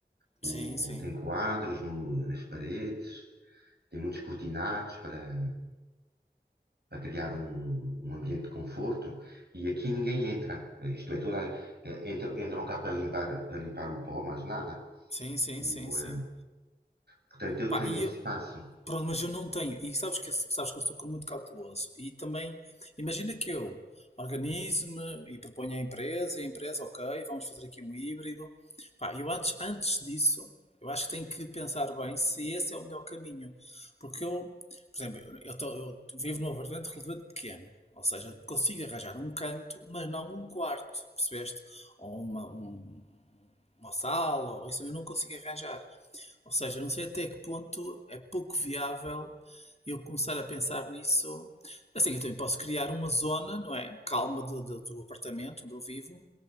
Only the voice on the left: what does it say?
Sim, sim.
Sim, sim,
sim, sim.
Pá,
e
eu,
Pronto, mas eu não tenho. E sabes que, sabes que eu sou muito cauteloso. E também, imagina que eu organize-me e proponho à empresa, e a empresa, ok, vamos fazer aqui um híbrido. Pá, eu antes, antes disso, eu acho que tenho que pensar bem se esse é o melhor caminho. Porque eu, por exemplo, eu, eu tô- eu vivo num apartamento relativamente pequeno. Ou seja, consigo arranjar um canto, mas não um quarto, percebeste? Ou uma, um- uma sala, ou isso eu não consigo arranjar. Ou seja, não sei até que ponto é pouco viável eu começar a pensar nisso. Assim, eu também posso criar uma zona, não é? Calma do, do- do apartamento onde eu vivo,